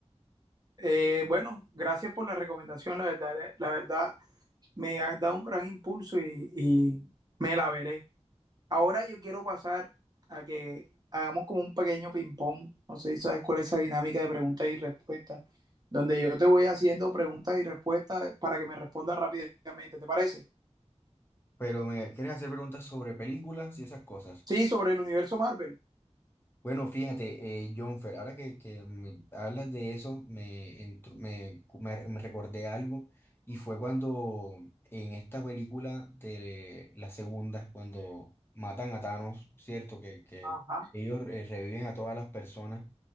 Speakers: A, on the right; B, on the left.
A: Eh, bueno, gracias por la recomendación, la verdad, la verdad. me ha dado un gran impulso y, y me la veré. Ahora yo quiero pasar a que hagamos como un pequeño ping-pong. No sé si sabes cuál es esa dinámica de preguntas y respuestas, donde yo te voy haciendo preguntas y respuestas para que me respondas rápidamente. ¿Te parece?
B: Pero me quieres hacer preguntas sobre películas y esas cosas.
A: Sí, sobre el universo Marvel.
B: Bueno, fíjate, eh, Jonfer, ahora que, que me hablas de eso, me, entr- me, me- me recordé algo y fue cuando en esta película de la segunda, cuando matan a Thanos, ¿cierto? Que, que
A: Ajá.
B: ellos eh, reviven a todas las personas.